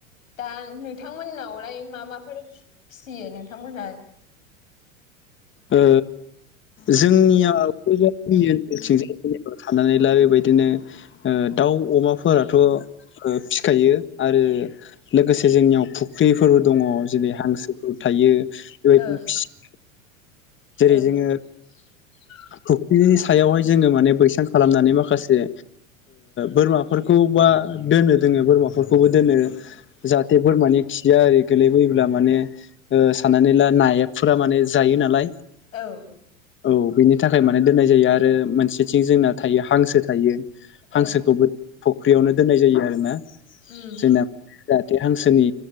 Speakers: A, on the left; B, on the left.
A: दा नोंथांमोननावलाय मा माफोर फिसियो नोंथांमोनहा
B: ओ जोंनियाव जोंनि ओनसोलथिं जाय थानानैल' बेबायदिनो दाउ अमाफोराथ' फिखायो आरो लोगोसे जोंनियाव फुख्रिफोरबो दङ जेरै हांसोफोर थायो बेबायदिनो
A: ओं
B: जेरै
A: ओं
B: जोङो
A: <inaudible>
B: फख्रिनि सायावहाय जोङो माने बैसां खालामनानै माखासे बोरमाफोरखौबा दोनो दोङो बोरमाफोरखौबो दोनो जाहाथे बोरमानि खिया आरो गोलैबोयोब्ला माने साननानै ला नाया फुरा माने जायो नालाय
A: औ
B: औ बेनि थाखाय माने दोननाय जायो आरो मोनसेथिं जोंना थायो हांसो थायो हांसोखौबो
A: ओं
B: फुख्रियावनो दोननाय जायो आरोना
A: ओम
B: जोंना जाहाथे हांसोनि